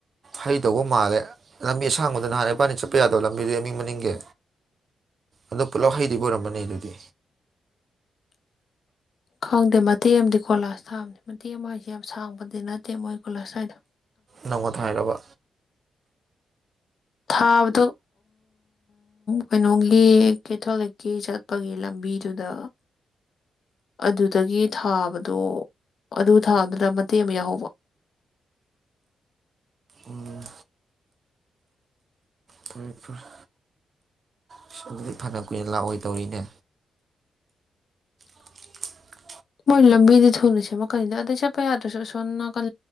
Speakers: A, on the right; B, on the left.
A: ꯍꯩꯇꯧꯕ ꯃꯥꯜꯂꯦ ꯂꯝꯕꯤ ꯑꯁꯥꯡꯕꯗ‌ꯣ ꯅꯍꯥꯟ ꯏꯕꯥꯅꯤ ꯆꯠꯄ ꯌꯥꯗꯕ ꯂꯝꯕꯤꯗꯨ ꯑꯦꯝ ꯌꯨ ꯃꯅꯤꯡꯒꯤ ꯑꯗꯣ ꯄꯨꯜꯂꯞ ꯍꯩꯗꯨꯕꯨ ꯑꯣꯏꯔꯝꯃꯅꯤ ꯑꯗꯨꯗꯤ
B: ꯈꯪꯗꯦ ꯃꯇꯦꯛ ꯑꯃꯗꯤ ꯀꯣꯂꯥꯁ ꯊꯥꯕꯅꯤ ꯃꯇꯦꯛ ꯑꯃ ꯍꯥꯏꯁꯦ ꯌꯥꯝ ꯁꯥꯡꯕꯗꯤ ꯅꯠꯇꯦ ꯃꯣꯏ ꯀꯣꯂꯥꯁ ꯊꯥꯏꯗ‌ꯣ
A: ꯅꯧꯅ ꯊꯥꯏꯔꯕ
B: ꯊꯥꯕꯗꯨ ꯀꯩꯅꯣꯒꯤ ꯀꯦꯊꯣꯂꯤꯛꯀꯤ ꯆꯠꯄꯒꯤ ꯂꯝꯕꯤꯗꯨꯗ ꯑꯗꯨꯗꯒꯤ ꯊꯥꯕꯗꯣ ꯑꯗꯨ ꯊꯥꯕꯗꯨꯗ ꯃꯇꯦꯛ ꯑꯃ ꯌꯥꯎꯍꯧꯕ
A: ꯎꯝ ꯐꯔꯦ ꯐꯔꯦ ꯑꯁ ꯑꯗꯨꯗꯤ ꯐꯅ ꯀꯨꯏꯅ ꯂꯥꯛꯑꯣꯏꯗꯧꯔꯤꯅꯦ <inaudible>
B: ꯃꯣꯏ ꯂꯝꯕꯤꯗꯨ ꯊꯨꯅ ꯁꯦꯝꯃꯛꯀꯅꯤꯗ ꯑꯗꯩ ꯆꯠꯄ ꯌꯥꯗ꯭ꯔꯁꯨ ꯑꯁꯣꯝꯅ ꯅꯀꯟ